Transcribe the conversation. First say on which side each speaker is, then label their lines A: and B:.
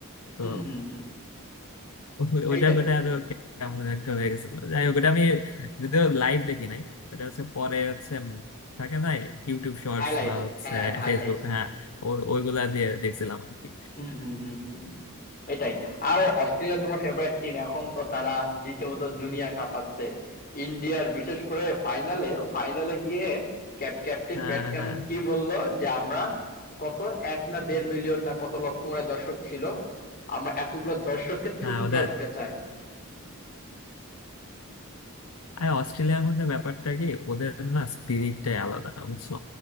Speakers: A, on the left; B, on the left.
A: তো
B: হুম হুম হুম
A: ওই- ওইটা
B: এইটাই
A: করে আরো কেমন একটা হয়ে গেছিল যাই হোক ওটা আমি যদিও লাইভ দেখি নাই ওটা হচ্ছে পরে হচ্ছে উম থাকে না ইউটিউব শর্টস
B: হাইলাইটস
A: বা হচ্ছে
B: হ্যাঁ হ্যাঁ হাইলাইটস
A: ফেসবুক হ্যাঁ ও- ওইগুলা দিয়ে দেখছিলাম আর কি
B: হুম হুম হুম হুম হুম। এটাই আর অস্ট্রেলিয়া তোমার ফেভারিট টিম এখন তো তারা রীতিমতো দুনিয়া কাঁপাচ্ছে ইন্ডিয়ার বিশেষ করে ফাইনালে ফাইনালে গিয়ে ক্যাপ ক্যাপ্টেন
A: হ্যাঁ
B: প্যাট কামিন্স
A: হ্যাঁ
B: কি বললো যে আমরা কত এক না দেড় মিলিয়ন না কত লক্ষ মনে হয় দর্শক ছিল আমরা এতগুলো দর্শককে চুপ
A: হ্যাঁ ওদের
B: করে দিতে চাই
A: আর অস্ট্রেলিয়ার মধ্যে ব্যাপারটা কি ওদের না স্পিরিটটাই আলাদা বুঝছো